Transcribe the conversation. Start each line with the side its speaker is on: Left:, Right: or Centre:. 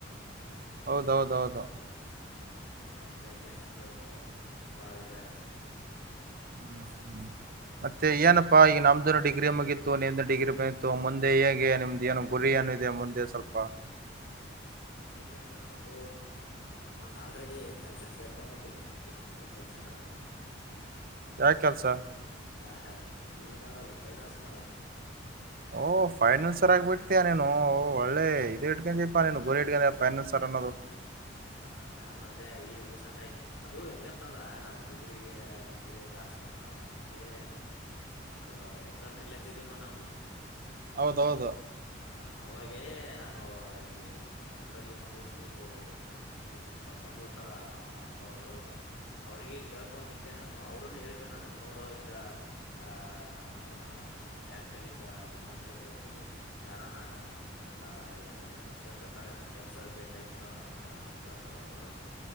Right: ಹೌದೌದೌದು
Left: ಹೌದಾ ಹಂಗಗಿ <unintelligible> ಬಾಳ ಇದಾಗದ್ ನೋಡು.
Right: ಹ್ಮ್ ಹ್ಮ್ ಮತ್ತೆ ಏನಪ್ಪಾ ಈಗ ನಮ್ದನ್ ಡಿಗ್ರಿ ಮುಗಿತ್ತು ನಿಮ್ದ ಡಿಗ್ರಿ ಮುಗಿತ್ತು ಮುಂದೆ ಹೇಗೆ ನಿಮ್ದ ಏನು. ಗುರಿ ಏನಿದೆ ಮುಂದೆ ಸ್ವಲ್ಪ.
Left: ಗುರಿ ಅಂತಾರೆ ನೋಡು. ಒಂದ್ ಆಲ್ರೆಡಿ ಕೆಲ್ಸಕ್ ಸೇರ್ಕೊಬಿಟ್ಟೀನಿ ಮುಗಿದ ತಕ್ಷಣ.
Right: ಯಾವ ಕೆಲ್ಸ
Left: ಹ ಇದು ಮಾಡೋದು ಫೈನಾನ್ಸ್ ಮಾಡೋದು.
Right: ಓ ಫೈನ್ಸಸರ್ ಆಗಿಬಿಟ್ಟತೀಯ ನೀನು ಓ ಒಳ್ಳೆ ಇದು ಇಟ್ಟುಕೊಂಡಿದೀಯಪ್ಪ ನೀನು ಗುರಿ ಇಟ್ಟುಕೊಂಡು ಫೈನಾನ್ಸರ್ ಅನ್ನೋದು.
Left: ಹ ನಾ ಅದೇ ಈಗ ರೀಸೆಂಟ್ ಆಗಿ ಅದು ಹೆಂಗತ್ತ ಅಂದ್ರ ನಾವು. ಡಿಗ್ರಿಗೆ ಡಿಗ್ರಿ ಲಾಸ್ಟ್ ಸೇಮ್ ಆದ ಅನ್ನಕ್ಕೆ. ಒಂದ್ ಎಕ್ಸಾಮ್ ಎಲ್ಲತ್ತಿದೀವನೋ ನಾವು.
Right: ಹೌದೌದು
Left: ಹ ಅವಾಗೇ ನಾನು ಇಲ್ಲಿ ನಮ್ಮ ಊರಲ್ಲಿ ಬಂದ ಎಷ್ಟನೋ ಒಂದು. ಗುಂಪು ಕಡ್ಸೊಂಡ ಹೋಗತಾರ ಅನ್ನೋರು. ಅವ್ರಿಗೆ ಕೇಳ್ಕೊಂತ ಇದಿದ್ದೆ ನಾನು ಅವರುನು ಹೇಳಿದ್ರ ನನಗ ನೋಡು ಹಿಂಗ. ಆ ನಮ್ಮ ಬ್ಯಾಂಕ್ಲ್ಲಿ ಹಿಂಗ ಫೈನಾಸ್ ಅಲ್ಲಿ ಇದೆ. ಯಾರಾನ ಆ ಸೇರ್ಕೊತಾರ ಏನ ಕೆಲ್ಸ ಬೇಕಾಗಿತ್ತು ಅಂತ. ಅಂತ ಅಂದ್ರು ಅವರು